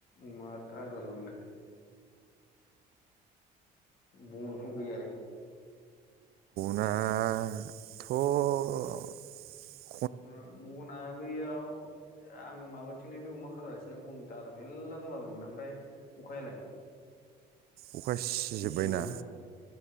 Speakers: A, on the left (about 60°); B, on the right (about 65°).
A: अमा आदार रुनाय बन थ गैयालै
B: नाथ'
A: ओ बना बैयाव आं माबाथिंनो बे अमा खाग्राथिंनो बन दालाय मेरला दंलाबायमोन ओमफ्राय अखायालाय
B: अखा सिजोब्बायना
A: गिसि गोजाना